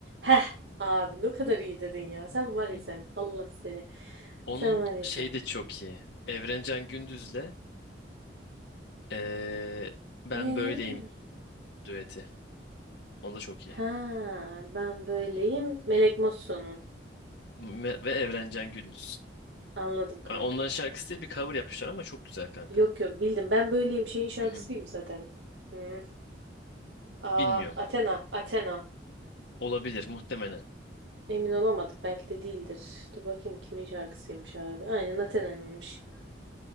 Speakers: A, on the right; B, on the left.
A: Heh abi ne kadar iyi dedin ya. Sen var
B: Hı
A: ya
B: hı.
A: sen. Allah seni.
B: Onun
A: Sen var ya
B: şey
A: sen.
B: de çok iyi. Evrencan Gündüz'le eee, Ben
A: Eee,
B: Böyleyim düeti. O da çok
A: ha
B: iyi.
A: ben böyleyim.
B: Hı hı.
A: Melek Mosso'nun.
B: Me- Ve Evrencan Gündüz.
A: Anladım kankam.
B: Yani Onların şarkısı diye bir cover yapmışlar ama çok güzel kanka.
A: Yok yok bildim. Ben böyleyim şeyin şarkısı
B: Hı hı.
A: değil mi zaten? Hmm. Aa
B: Bilmiyorum.
A: Athena. Athena.
B: Olabilir muhtemelen.
A: Emin olamadım. Belki de değildir. Dur bakayım kimin şarkısıymış abi. Aynen Athena'nınmış.